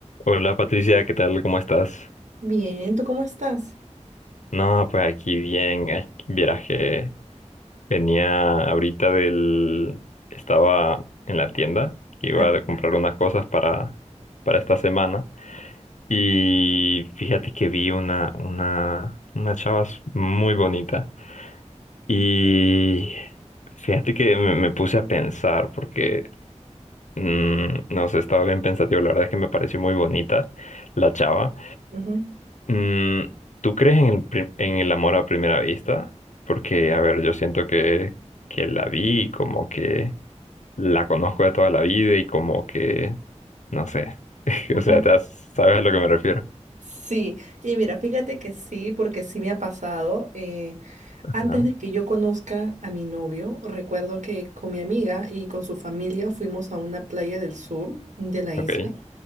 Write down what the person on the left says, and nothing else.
Hola Patricia, ¿qué tal? ¿Cómo estás?
No, pues aquí bien. ay, Vieras que venía ahorita del... Estaba en la tienda, que iba
a comprar unas cosas para, para esta semana. Y fíjate que vi una, una, una chava s- muy bonita. Y fíjate que me, me puse a pensar, porque, mm, no sé, estaba bien pensativo. La verdad es que me pareció muy bonita la chava.
Mm, ¿tú crees en el, pri- en el amor a primera vista? Porque, a ver, yo siento que, que la vi, como que la conozco de toda la vida y como que, no sé, <laughs>
o sea, te has- sabes a lo que me refiero.
Ajá.
Ok.